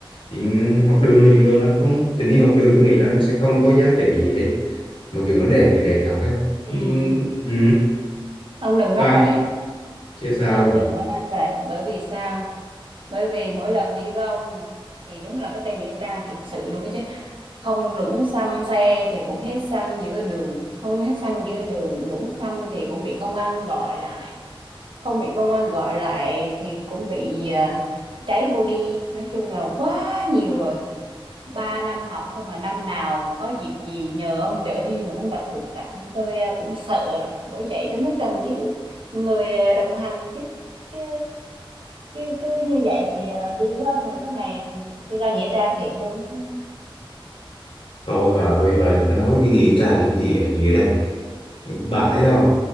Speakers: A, on the left; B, on the right.
A: chuyện học đường là chuyện đường nó không tình yêu học đường tôi nghĩ là nó sẽ không có giá trị gì hết mặc dù nó đẹp thì đẹp thật đấy
B: ừ.
A: nhưng ừ,
B: ông đừng nói
A: bye
B: vậy
A: chứ sao
B: ông đừng có nói vậy bởi vì sao bởi vì mỗi lần đi với ông thì đúng là cái tên nghĩa trang thiệt sự luôn đó chứ không lũng xăm xe thì cũng hết xăng giữa đường không hết xăng giữa đường lũng xăm thì cũng bị công an gọi lại không bị công an gọi lại thì cũng bị à, cháy body nói chung là quá nhiều rồi ba năm học thôi mà năm nào có dịp gì nhờ ông đỡ đi mà cũng gặp trục trặc nên tôi à, cũng sợ rồi bởi vậy tôi mới cần kiếm người à, đồng hành chứ chứ chứ cứ như vậy thì à, đi với ông là có ngày tôi ra nghĩa trang thiệt luôn á
A: Thôi bà ơi, bà đừng có nói cái nghĩa trang như gì ở gì ở đây. Bà thấy không?